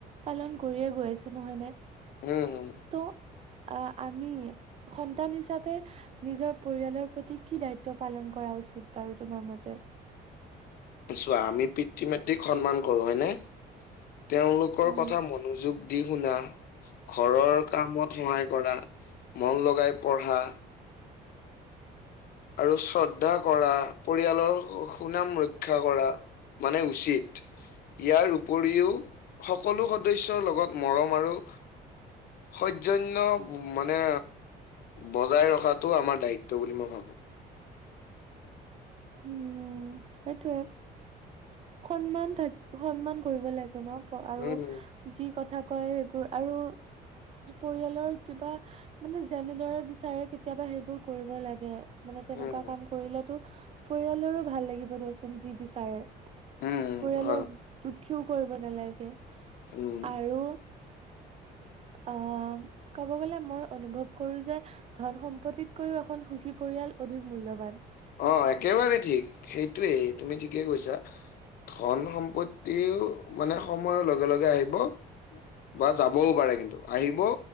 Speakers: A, on the right; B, on the left.
A: পালন কৰিয়ে গৈ আছে নহয়নে
B: হম
A: ত' আহ আমি সন্তান হিচাপে নিজৰ পৰিয়ালৰ প্ৰতি কি দায়িত্ব পালন কৰা উচিত বাৰু তোমাৰ মতে?
B: চোৱা আমি পিতৃ-মাতৃক সন্মান কৰোঁ হয়নে, তেওঁলোকৰ
A: উম
B: কথা মনোযোগ দি শুনা, ঘৰৰ কামত সহায় কৰা, মন লগাই পঢ়া আৰু শ্ৰদ্ধা কৰা, পৰিয়ালৰ সুনাম ৰক্ষা কৰা মানে উচিত ইয়াৰ উপৰিও সকলো সদস্যৰ লগত মৰম আৰু সৈজন্য মানে বজাই ৰখাটো আমাৰ দায়িত্ব বুলি মই ভাবোঁ।
A: উম, সেইটোৱে সন্মান থাক সন্মান কৰিব লাগে ন' আৰু
B: উম,
A: যি কথা কয় সেইবোৰ আৰু পৰিয়ালৰ কিবা মানে যেনেদৰে বিচাৰে কেতিয়াবা সেইবোৰ কৰিব লাগে। মানে তেনেকুৱা
B: উম,
A: কাম কৰিলেতো পৰিয়ালৰো ভাল লাগিব দিয়চোন যি বিচাৰে।
B: উম,
A: পৰিয়ালক
B: হয়,
A: দুখীও কৰিব নালাগে
B: উম।
A: আৰু অ'ক'ব গলে মই অনুভৱ কৰোঁ যে ধন-সম্পত্তিতকৈও এখন সুখী পৰিয়াল অধিক মূল্যৱান।
B: অ' একেবাৰে ঠিক সেইটোৱেই তুমি ঠিকেই কৈছা। ধন-সম্পত্তিও মানে সময়ৰ লগে-লগে আহিব বা যাবও পাৰে কিন্তু আহিবও